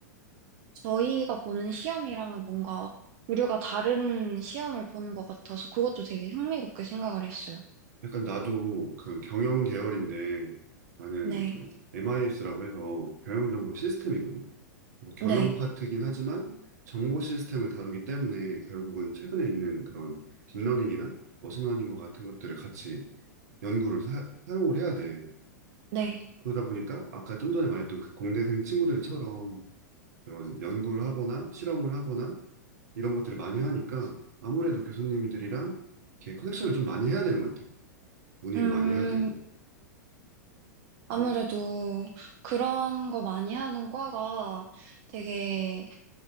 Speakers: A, on the right; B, on the right.
A: 저희가 보는 시험이랑은 뭔가 부류가 다른 시험을 보는 것 같아서 그것도 되게 흥미롭게 생각을 했어요.
B: 약간 나도 그 경영 계열인데 나는
A: 네,
B: 그 MIS라고 해서 경영 정보 시스템이거든. 그래서 경영
A: 네,
B: 파트긴 하지만 정보 시스템을 다루기 때문에 결국은 최근에 있는 그런 딥러닝이나 머신러닝과 같은 것들을 같이 연구를 사, 용을 해야 돼.
A: 네.
B: 그러다 보니까 아까 좀 전에 말했던 그 공대생 친구들처럼 그런 연구를 하거나 실험을 하거나 이런 것들을 많이 하니까 아무래도 교수님들이랑 이렇게 커넥션을 좀 많이 해야 되는 것 같아. 문의도
A: 음,
B: 많이 해야 되고.
A: 아무래도
B: 그렇지.
A: 그런 거 많이 하는 과가 되게